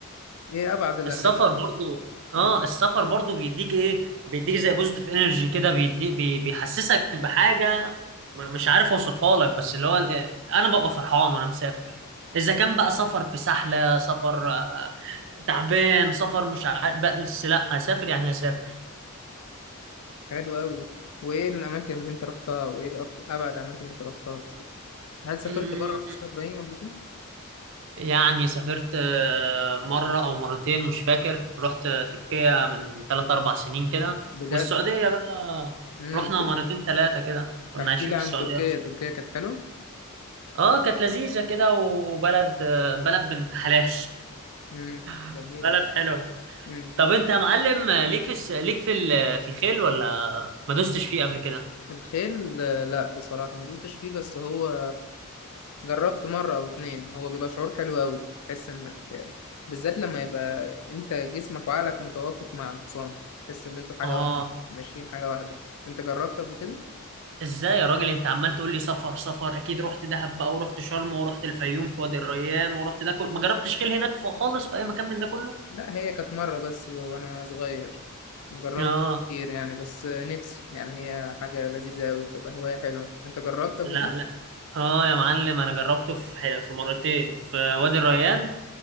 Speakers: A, on the left; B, on the right.
A: ايه ابعد الاماكن
B: السفر برضو اه
A: مم.
B: السفر برضو بيديك ايه بيديك زي بوزيتيف انرجي كده بيديك بي بيحسسك بحاجه م- مش عارف اوصفها لك بس اللي هو ال- انا ببقى فرحان وانا مسافر اذا كان بقى سفر في سحله سفر آه، تعبان سفر مش عارف بس لا هسافر يعني هسافر
A: حلو قوي وايه الاماكن اللي انت رحتها وايه اكتر ابعد اماكن اللي انت رحتها بس هل سافرت
B: مم،
A: بره مصر يا ابراهيم قبل كده
B: يعني سافرت آه، مرة أو مرتين مش فاكر رحت آه، تركيا من تلات أربع سنين كده
A: بجد
B: والسعودية بقى
A: امم
B: رحنا مرتين تلاتة كده كنا
A: احكي
B: عايشين
A: لي
B: في
A: عن
B: السعودية
A: تركيا
B: أصلا
A: تركيا كانت حلوه
B: اه كانت لذيذة كده وبلد آه، بلد بنت حلال
A: امم
B: <laughs>
A: جميله
B: بلد حلوة
A: امم
B: طب أنت يا معلم آه، ليك في الس... ليك في ال... في الخيل ولا ما دوستش فيه قبل كده؟
A: الخيل آه، لا بصراحه ما دوستش فيه بس هو جربت مره او اتنين هو بيبقى شعور حلو قوي تحس انك آه، بالذات لما يبقى انت جسمك وعقلك متوافق مع الحصان تحس ان انتوا حاجه
B: اه
A: واحده ماشيين حاجه واحده انت جربت قبل كده
B: ازاي يا راجل انت عمال تقول لي سفر سفر اكيد رحت دهب بقى ورحت شرم ورحت الفيوم في وادي الريان ورحت ده كله ما جربتش خيل هناك ف- خالص في اي مكان من ده كله
A: لا هي كانت مرة بس وأنا صغير جربت
B: اه
A: كتير يعني بس نفسي يعني هي حاجة لذيذة أوي تبقى هواية حلوة أنت جربت قبل
B: لا
A: كده؟
B: لا اه يا معلم انا جربته في ح- في مرتين في وادي الريان